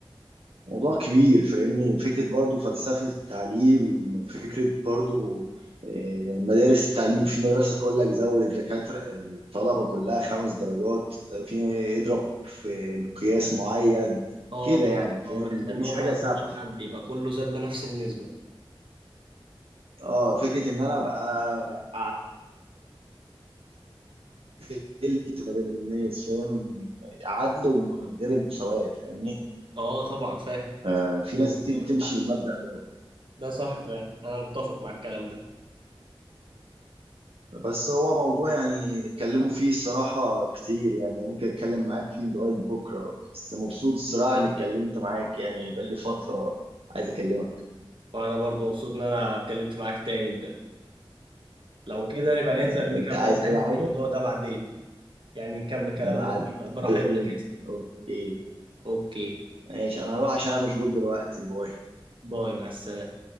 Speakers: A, on the right; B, on the right.
A: موضوع كبير فاهمني فكرة برضو فلسفة التعليم وفكرة برضو آه، مدارس التعليم في مدرسة تقول لك زود الدكاترة الطلبة كلها خمس درجات في اضرب في مقياس معين
B: اه
A: كده
B: بحيث-
A: يعني فاهم
B: اه بحيث
A: مفيش
B: ان هو ما
A: حاجة
B: يظلمش
A: ثابتة
B: حد يبقى كله زاد بنفس النسبة
A: اه فكرة ان انا ابقى عدلت ما بين الناس فاهم عدل وغير المساواة فاهمني
B: اه طبعا فاهم
A: آه
B: بس
A: في ناس
B: المستوى
A: كتير
B: ما
A: بتمشي
B: ينفعش.
A: بالمبدأ ده
B: ده صح فاهم انا متفق مع الكلام ده
A: بس هو موضوع يعني نتكلموا فيه الصراحة كتير يعني ممكن أتكلم معاك فيه لغاية بكرة بس مبسوط الصراحة إني اتكلمت معاك يعني بقالي فترة عايز أكلمك
B: وانا برضو مبسوط ان انا اتكلمت معاك تاني بجد لو كده نبقى ننزل
A: آه،
B: نكمل
A: أنت عايز
B: كلام
A: أي
B: في
A: حاجة؟
B: الموضوع ده بعدين يعني نكمل كلامنا
A: بعدين
B: براحتنا كده
A: أوكي
B: اوكي
A: ماشي أنا هروح عشان أنا مشغول دلوقتي باي
B: باي مع السلامة